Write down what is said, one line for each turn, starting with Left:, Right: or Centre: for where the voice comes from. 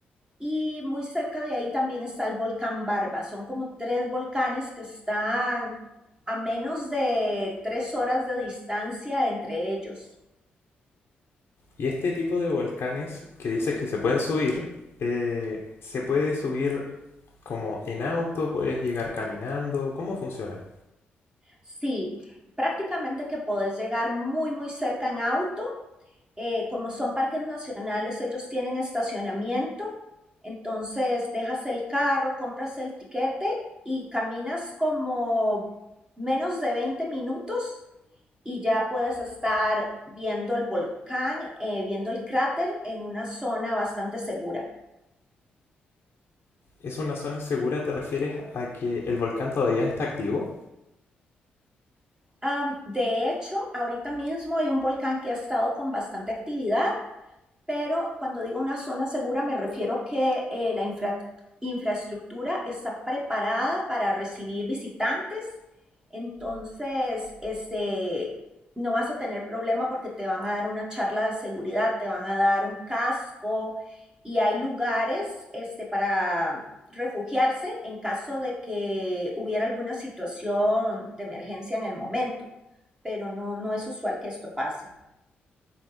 Right: y muy cerca de ahí también está el volcán Barba. Son como tres volcanes que están a menos de tres horas de distancia entre ellos.
Left: Y este tipo de volcanes que dices que se pueden subir, eh, se puede subir como en auto, puedes llegar caminando, ¿cómo funciona?
Right: Sí, prácticamente que podés llegar muy, muy cerca en auto. Eh, como son parques nacionales, ellos tienen estacionamiento. Entonces, dejas el carro, compras el tiquete y caminas como menos de 20 minutos y ya puedes estar viendo el volcán, eh, viendo el cráter en una zona bastante segura.
Left: ¿Es una zona segura? ¿Te refieres a que el volcán todavía está activo?
Right: Am, de hecho, ahorita mismo hay un volcán que ha estado con bastante actividad pero cuando digo una zona segura me refiero que eh, la infra infraestructura está preparada para recibir visitantes, entonces este, no vas a tener problema porque te van a dar una charla de seguridad, te van a dar un casco y hay lugares este, para refugiarse en caso de que hubiera alguna situación de emergencia en el momento, pero no, no es usual que esto pase.